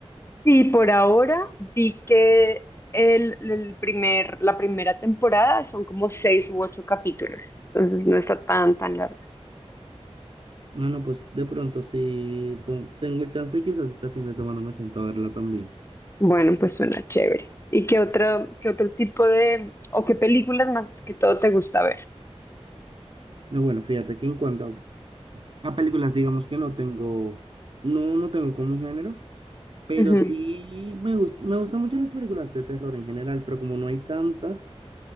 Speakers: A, on the left; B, on the right.
A: Sí, por ahora vi que el, el primer, la primera temporada son como seis u ocho capítulos, entonces no está tan, tan larga.
B: No, no, pues de pronto si tengo el chance, quizás este fin de semana me siento a verla también.
A: Bueno, pues suena chévere. ¿Y qué otro, qué otro tipo de, o qué películas más que todo te gusta ver?
B: Y bueno, fíjate que en cuanto a, a películas, digamos que no tengo, no, no tengo como un género, pero
A: Ujú.
B: sí me gus- me gustan mucho las películas de terror en general, pero como no hay tantas